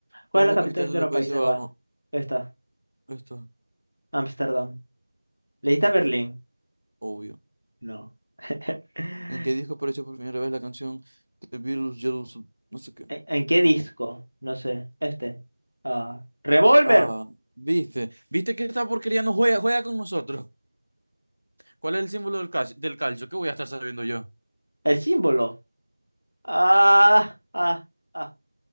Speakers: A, on the left; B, on the right.
A: ¿Cuál
B: ¿Cuál
A: es
B: es
A: la
B: la
A: capital
B: capital de
A: de
B: los
A: los
B: Países
A: Países
B: Bajos?
A: Bajos? Esta,
B: Esto,
A: Ámsterdam. ¿Leíste
B: que
A: Berlín?
B: obvio.
A: No. <laughs> ¿En,
B: ¿En qué disco apareció por primera vez la canción The Beatles Yellow Sub- No sé qué.
A: en qué disco?
B: Oh,
A: No sé. Este. Ah. revolver
B: Ah, viste, viste que esta porquería no juega, juega con nosotros. ¿Cuál es el símbolo del calcio? Del calcio? ¿Qué voy a estar sabiendo yo?
A: El símbolo. Ah, ah, ah.